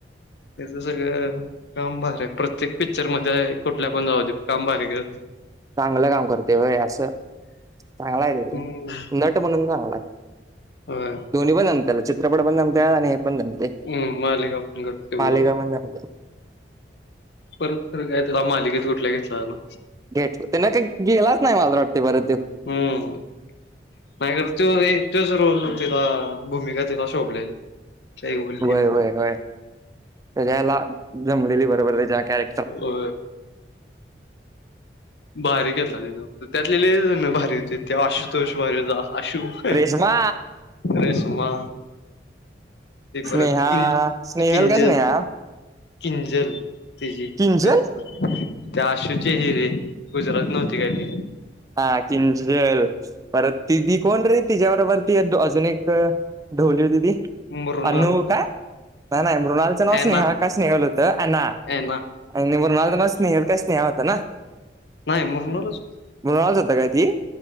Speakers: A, on the left; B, on the right.
A: त्याच सगळं काम भार आहे, प्रत्येक पिक्चर मध्ये कुठल्या पण जाऊ दे काम भारी कर
B: चांगलं काम करते होय असं चांगलं आहे ते
A: हम्म
B: नट म्हणून चांगला आहे.
A: होय
B: दोन्ही पण जमते चित्रपट पण जमते आणि ते हे पणजमतय
A: हम् मालिका. पण करते
B: मालिका
A: बरोबर
B: पण जमते.
A: परत खरं काय त्याला मालिकेत कुठल्या घेतला ना
B: घट ते न काही गेलाच नाही माझ वाटते परत त्यात
A: हम्म नाही कर तो तोच रोल तिला भूमिका तिला शोभलेली. काही बोलली
B: वय वय होय त्याच्याला जमलेली बरोबर त्याच्या करे
A: हो भारी के त्यातलेले भारी होती ते आशुतोष भारी होता आशू रे
B: रेश्मा
A: रेशमा तेपत
B: स्नेहा
A: किन
B: स्नेहल
A: किंजल
B: का स्नेहा
A: किंजल तिची
B: किंचन
A: गर्लफ्रेंड त्या आशूची हिरे गुजरात नव्हती काय ती?
B: हा किंजल परत ती ती कोण रे तिच्या बरोबरती अजून एक ढोली होती ती
A: मुरनाल
B: अन्नु काय नाही नाही मृणालचं नाव
A: एना
B: स्नेहा काय स्नेहल होतं अना
A: एना
B: आणि मृणाल च नाव काय स्नेहल स्नेहा होतं ना?
A: नाही मृणालच होतं.
B: म्हणून मृणालच होतं काय, ती